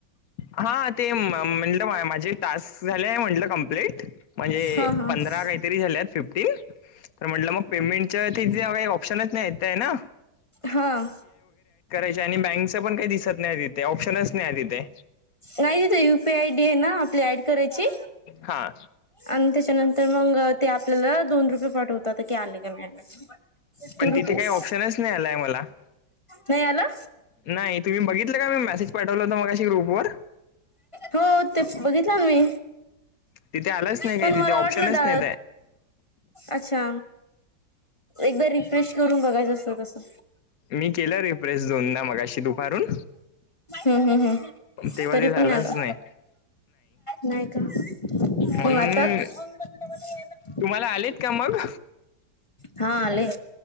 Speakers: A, on the left; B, on the left.
A: हा ते म्हंटलं माझे टास्क झाले आहे म्हंटलं कम्प्लीट म्हणजे
B: हा हा
A: पंधरा काहीतरी झाल्यात फिफ्टीन तर म्हटलं मग पेमेंटच्या तिथे काही ऑप्शनच नाही ते आहे ना
B: हा..
A: बँकच पण काही दिसत नाही तिथे ऑप्शनच नाही तिथे.
B: नाही तथ यूपीआय आय डी आहे ना आपली ऍड करायची
A: हा
B: आणि त्याच्यानंतर तर मग ते आपल्याला दोन रुपये पाठवतात की आले का म्हणून
A: पण
B: टू रुपीज
A: तिथे काही ऑप्शनच नाही आलाय मला
B: नाही आला..
A: नाही तुम्ही बघितलं का मी मेसेज पाठवला होता मगाशी ग्रुपवर
B: हो... ते बघितलं मी
A: तिथे आलंच नाही रे
B: पण
A: तिथे
B: मला
A: ऑप्शनच
B: वाटलं दा
A: नाही.
B: अच्छा! एकदार रिफ्रेश करून बघायच असं तसं
A: मी केलं रिप्रेस दोनदा मगाशी दुपारून
B: हम् हम् हम्.
A: तेव्हा
B: तरी
A: ते झालंच
B: पण आला,
A: नाही
B: नाही का?
A: म्हणून
B: हो आता ब
A: तुम्हाला आलेत, का मग.
B: हा आले.